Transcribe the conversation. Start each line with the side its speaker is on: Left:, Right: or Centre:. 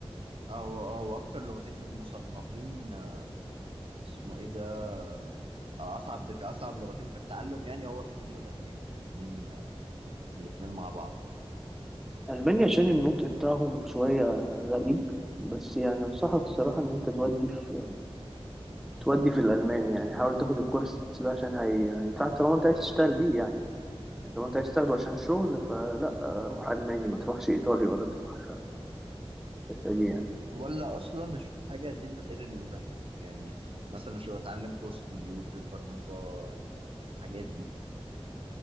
Right: او او اكتر لغتين مصنفين آه، اسمه ايه ده آه، اصعب كاصعب لغتين في التعلم يعني هو الصيني والالماني الاثنين الاثنين مع بعض
Centre: ألمانيا عشان النطق بتاعهم شوية غريب بس يعني أنصحك الصراحة إن أنت تودي في تودي في الألماني يعني حاول تاخد الكورس ده عشان هي... هينفعك طالما أنت عايز تشتغل بيه يعني يعني طالما أنت عايز تاخده عشان شغل فلا روح ألماني ما تروحش إيطالي ولا تروح الحتة دي يعني
Right: ولا اصلا اشوف حاجه غير غير اللغات يعني مثلا شو اتعلم كورس كمبيوتر برمجه ال- الحاجات دي